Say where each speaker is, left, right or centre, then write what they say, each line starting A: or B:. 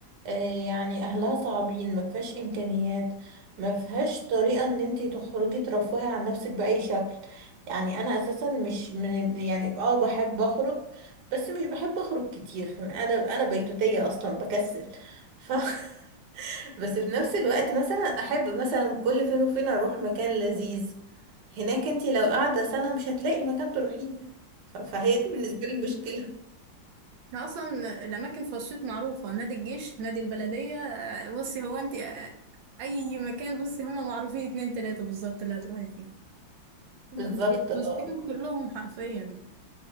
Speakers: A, on the right (about 65°); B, on the right (about 80°).
A: آه، يعني أهلها صعبين ما فيهاش إمكانيات ما فيهاش طريقة إن انتي تخرجي ترفهي عن نفسك بأي شكل يعني أنا أساسا مش من يعني اه بحب أخرج بس مش بحب أخرج كتير فم- أنا أنا بيتوتية أصلا بكسل ف... <laughs> بس في نفس الوقت مثلا أحب مثلا كل فين وفين أروح مكان لذيذ هناك انتي لو قاعدة سنة مش هتلاقي مكان تروحيه ف... فهي دي بالنسبة لي المشكلة
B: احنا اصلا الاماكن في رشيد معروفة نادي الجيش نادي البلدية آه، بصي هو انتي آه، اي مكان بصي هم معروفين اتنين تلاتة بالظبط اللي هتروحي فيه
A: بالظبط
B: فانتي
A: اه
B: بصيهم كلهم حرفيا يعني